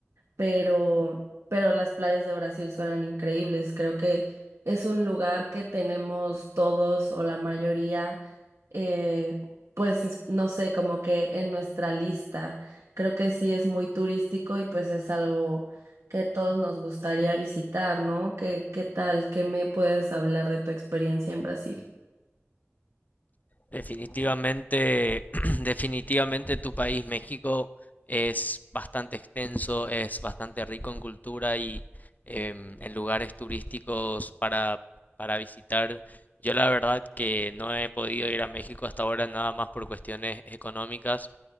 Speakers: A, on the right (about 80°); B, on the left (about 35°).
A: pero, pero las playas de Brasil suenan increíbles. Creo que es un lugar que tenemos todos o la mayoría, eh, pues no sé, como que en nuestra lista. Creo que sí es muy turístico y pues es algo que todos nos gustaría visitar, ¿no? ¿Qué, qué tal? ¿Qué me puedes hablar de tu experiencia en Brasil?
B: Definitivamente, <clears throat> definitivamente tu país, México, es bastante extenso, es bastante rico en cultura y em, en lugares turísticos para, para visitar. Yo la verdad que no he podido ir a México hasta ahora nada más por cuestiones económicas,